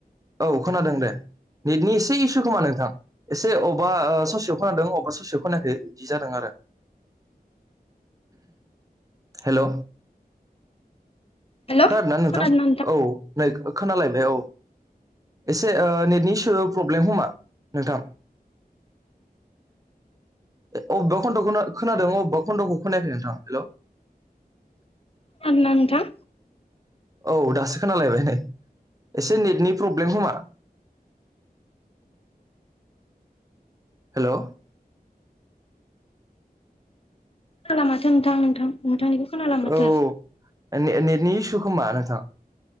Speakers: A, on the right; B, on the left.
A: औ खोनादों दे। नेटनि एसे इसु खोमा नोंथां एसे अबेबा ससेयाव खोनादों अबा ससेयाव खोनाखै बिदि जादों आरो। हेल'
B: हेलौ
A: खोना नोंथां?
B: खोनादोंना
A: औ नै खोनालायबाय औ। एसे ओ नेटनि इसु प्रब्लेम खोमा नोंथां। ओ अबेबा खन्द'खौ खोना खोनादों अबेबा खन्द'खौ खोनायाखै नोंथां हेल' <inaudible>
B: खोनादों ना नोंथां?
A: औ दासो खोनालायबाय नै एसे नेटनि प्रब्लेम खोमा <inaudible> हेल'
B: खोनाया माथो नोंथां नोंथां नोंथांनिखौ खोनाला माथो
A: औ ने-नेटनि इसु खोमा नोंथां।